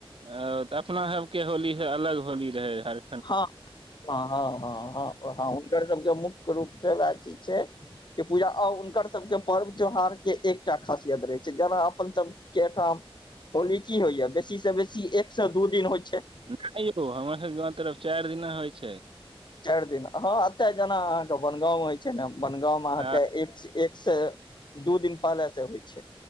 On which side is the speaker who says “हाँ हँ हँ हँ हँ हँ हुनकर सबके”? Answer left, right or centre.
Left